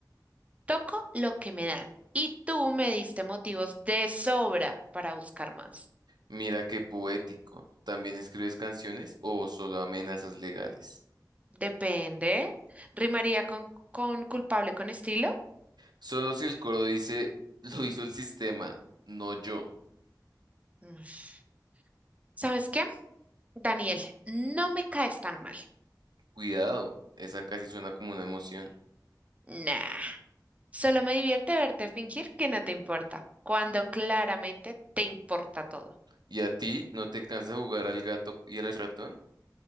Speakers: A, on the right; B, on the right.
A: Toco lo que me dan. Y tú me diste motivos de sobra para buscar más.
B: Mira qué poético. ¿También escribes canciones o solo amenazas legales?
A: Depende. ¿Rimaría con, con culpable con estilo?
B: Solo si el coro dice, lo hizo el sistema, no yo.
A: Ush. ¿Sabes qué? Daniel, no me caes tan mal.
B: Cuidado, esa casi suena como una emoción.
A: Nah, solo me divierte verte fingir que no te importa, cuando claramente te importa todo.
B: ¿Y a ti no te cansa jugar al gato y al ratón?